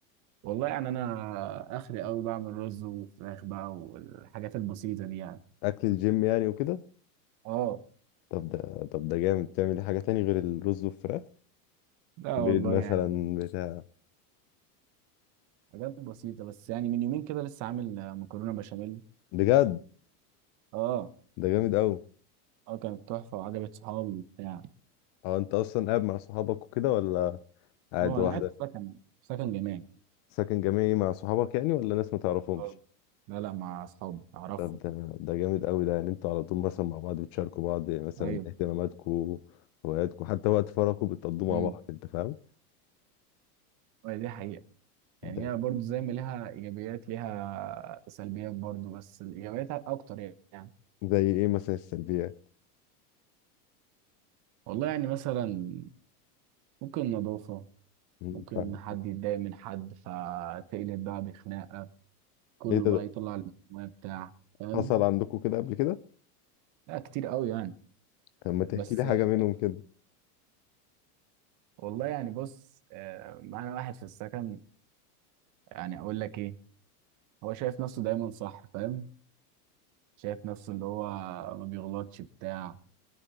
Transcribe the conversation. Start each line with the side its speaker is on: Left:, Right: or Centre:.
Right: والله يعني انا اخري قوي بعمل رز وفراخ بقى والحاجات البسيطه دي يعني
Left: اكل الجيم يعني وكده
Right: اه
Left: طب ده طب ده جامد تعمل إيه حاجه تاني غير الرز والفراخ
Right: لا
Left: بيض
Right: والله
Left: مثلا
Right: يعني
Left: بتاع
Right: حاجات بسيطه بس يعني من يومين كده لسه عامل آه، مكرونه بشاميل
Left: بجد
Right: اه
Left: ده جامد قوي
Right: اه كانت تحفه وعجبت صحابي وبتاع
Left: هو انت اصلا قاعد مع صحابك وكده ولا قاعد
Right: اه
Left: لوحدك
Right: انا قاعد في سكن في سكن جامعي
Left: ساكن جامعي مع صحابك يعني ولا ناس ما تعرفهمش
Right: اه لا لا مع اصحابي اعرفهم
Left: طب ده ده جامد قوي ده يعني انتوا على طول مثلا مع بعض بتشاركوا بعض مثلا
Right: ايوه
Left: اهتماماتكم هواياتكم حتى وقت فراغكم بتقضوه مع
Right: امم
Left: بعض انت فاهم
Right: دي حقيقه يعني
Left: ده
Right: هي برضو زي ما ليها ايجابيات ليها سلبيات برضو بس الايجابيات اكتر يعني
Left: زي ايه مثلا السلبيات
Right: والله يعني مثلا ممكن نظافه
Left: مم،
Right: ممكن
Left: فاهم
Right: حد يتضايق من حد فتقلب بقى بخناقة كله
Left: ايه ده
Right: بقى
Left: ده
Right: يطلع المويه بتاع فاهم
Left: حصل عندكم كده قبل كده
Right: لا كتير قوي يعني
Left: طب ما تحكي
Right: بس
Left: لي حاجه
Right: آه،
Left: منهم كده
Right: والله يعني بص آه، معانا واحد في السكن يعني اقول لك ايه هو شايف نفسه دايما صح فاهم شايف نفسه اللي هو ما بيغلطش بتاع